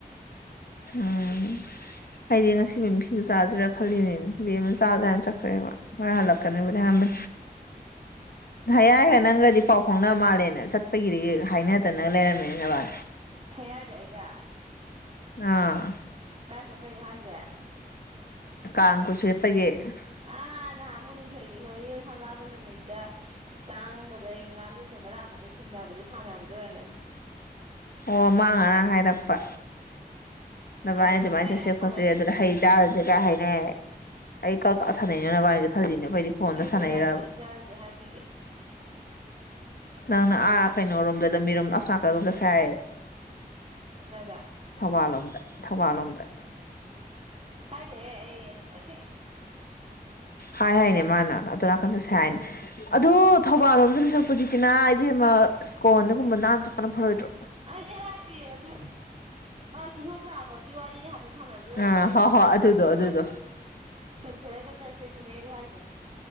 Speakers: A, on the left; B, on the right.
A: ꯎꯝ ꯑꯩꯗꯤ ꯉꯁꯤ ꯃꯤꯃꯤ ꯁꯤꯡꯖꯨ ꯆꯥꯁꯤꯔꯥ ꯈꯜꯂꯤꯅꯤꯅꯦ ꯕꯦꯝꯃ ꯑꯃ ꯆꯥꯖꯦ ꯆꯠꯈ꯭ꯔꯦꯕ ꯍꯣꯏ ꯍꯜꯂꯛꯀꯅꯤꯕꯨꯗꯤ ꯍꯃ ꯍꯌꯥꯏꯒ ꯅꯪꯒꯗꯤ ꯄꯥꯎ ꯐꯥꯎꯅꯕ ꯃꯥꯜꯂꯦꯅ ꯆꯠꯄꯒꯤꯗꯤ ꯍꯥꯏꯅꯗꯅ ꯂꯩꯔꯝꯃꯦꯅ ꯕꯥꯅꯤ
B: ꯌꯥꯏꯒ ꯑꯩꯒ
A: ꯑꯥ
B: ꯀꯥꯏ ꯆꯇꯄꯩꯅꯣ ꯍꯥꯏꯁꯦ
A: <unintelligible>
B: ꯑ ꯉꯍꯟꯃꯨꯛ ꯂꯤꯟꯊꯣꯏ ꯍꯣꯏ ꯌꯨꯝ ꯁꯪꯒꯥꯥꯕ ꯅꯨꯃꯤꯠꯇ ꯇꯥꯡꯕꯗ ꯉꯥꯅꯨ ꯁꯦꯝꯕ ꯂꯥꯛꯄꯗ ꯊꯦꯡꯅꯕꯗ ꯁꯥꯟꯅꯕꯗꯣ ꯑꯣꯏꯔꯝꯒꯅꯤ
A: ꯑꯣ ꯃꯅꯥ ꯉꯔꯥꯡ ꯍꯥꯏꯔꯛꯄ ꯑꯗꯨꯕꯥꯥꯏꯅ
B: ꯎꯝ
A: ꯑꯗꯨꯃꯥꯏꯅ
B: ꯀꯨꯏꯔꯦ
A: ꯆꯠꯁꯦ
B: ꯁꯥꯟꯅꯈꯤꯕ
A: ꯈꯣꯠꯁꯦ ꯑꯗꯨꯗ ꯍꯩ ꯆꯥꯔꯁꯦ ꯀ ꯍꯥꯏꯅꯦ ꯑꯩ ꯀ ꯁꯥꯟꯅꯩꯅꯣꯅꯕ ꯍꯥꯏꯗ ꯈꯜꯂꯤꯜꯂꯤꯅꯦ ꯑꯩꯗꯤ ꯐꯣꯟꯗ
B: ꯑꯩꯁꯦ
A: ꯁꯥꯟꯅꯩꯕ
B: ꯀꯥꯏꯗ ꯍꯩꯖꯥꯔꯨꯁꯦ ꯍꯥꯏꯈꯤꯒꯦ
A: ꯅꯪꯅ ꯑꯥ ꯀꯩꯅꯣꯔꯣꯝꯗ ꯂꯝꯕꯤꯔꯣꯝ ꯑꯁꯅꯥꯀꯜꯝꯒꯁꯦ ꯍꯥꯏ
B: ꯀꯗꯥꯏꯗ
A: ꯊꯧꯕꯥꯜꯣꯝꯗ ꯊꯧꯕꯥꯜꯣꯝꯗ
B: ꯍꯥꯏꯗꯦꯍꯦ ꯑꯩ ꯑꯗꯨꯗꯅꯦ
A: ꯍꯥꯏ ꯍꯥꯏꯅꯦ ꯃꯥꯅ ꯑꯗꯨꯣ ꯅꯥꯀꯟ ꯆꯠꯁꯦ ꯍꯥꯏꯅꯦ ꯑꯗꯣ ꯊꯧꯕꯥꯜ ꯂꯣꯝꯗ ꯍꯧꯖꯤꯛꯀꯤꯅꯥ ꯏꯕꯦꯝ ꯑꯃ ꯏꯁ꯭ꯀꯣꯟꯗꯒꯨꯝꯕ ꯅꯥꯟꯅ ꯆꯠꯄꯅ ꯐꯔꯣꯏꯗ꯭ꯔꯣ
B: ꯑꯩꯗꯤ ꯍꯥꯏꯗꯤꯌꯦ ꯑꯗꯨ ꯀꯤꯍꯣꯝ ꯆꯥꯕꯒꯤ ꯋꯥꯔꯤ ꯀꯌꯥ ꯍꯥꯏꯐꯦꯠ ꯁꯥꯟꯅꯕꯗ ꯑꯣꯏꯔꯝꯃꯦ
A: ꯑꯥ
B: ꯑꯩꯁꯨ
A: ꯍꯣꯏ
B: ꯁꯀꯣꯟꯗꯒꯨꯝꯕ
A: ꯍꯣꯏ ꯑꯗꯨꯗꯣ ꯑꯗꯨꯗꯣ
B: ꯁꯣꯠꯊꯦꯠꯂꯒ ꯆꯠꯁꯦ ꯁꯤꯅꯦ ꯑꯩꯁꯨ ꯍꯥꯏꯦ <inaudible>